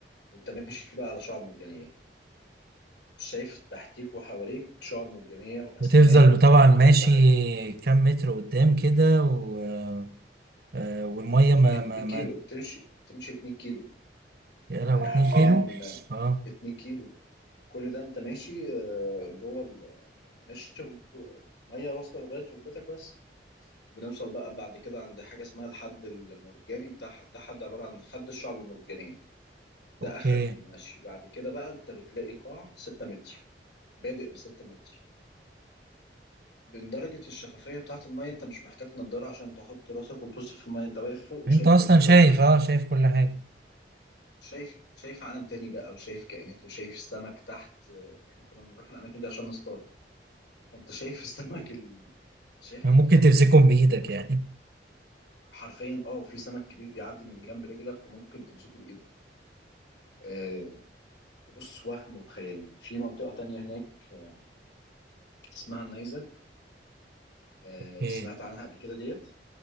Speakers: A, on the left; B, on the right.
A: وانت ماشي بقى على شعاب مرجانيه شايف تحتيك وحواليك شعاب مرجانيه واسماك
B: وتفضل
A: وكل
B: طبعا ماشي
A: حاجه
B: كام متر قدام كده و... آه، آه، والميه ما
A: بالكيلو
B: ما ما
A: بتمشي تمشي 2 كيلو
B: يا لهوي
A: يعني حرفيا
B: 2 كيلو اه
A: 2 كيلو كل ده انت ماشي آه، جوه ال- مش ميه واصله لغايه ركبتك بس بنوصل بقى بعد كده عند حاجه اسمها الحد المرجاني بتاع ده حد عباره عن حد الشعب المرجانيه ده
B: اوكي
A: اخرك في المشي بعد كده بقى انت بتلاقي قاع 6 متر بادئ ب 6 متر من درجه الشفافيه بتاعه الميه انت مش محتاج نضاره عشان تحط راسك وتبص في الميه انت واقف فوق وشايف
B: انت اصلا
A: كل حاجه
B: شايف
A: قدامك
B: اه شايف كل حاجه
A: شايف شايف عالم تاني بقى وشايف كائنات وشايف سمك تحت آه، احنا كنا بنروح الاماكن دي عشان نصطاد فانت شايف السمك ال... شايف حاجات
B: ممكن
A: خرافيه
B: تمسكهم بايدك يعني
A: حرفيا اه في سمك كبير بيعدي من جنب رجلك وممكن تمسكه بايدك آه، بص وهم وخيال في منطقه تانية هناك آه، اسمها النيزك آه،
B: اوكي
A: سمعت عنها قبل كده ديت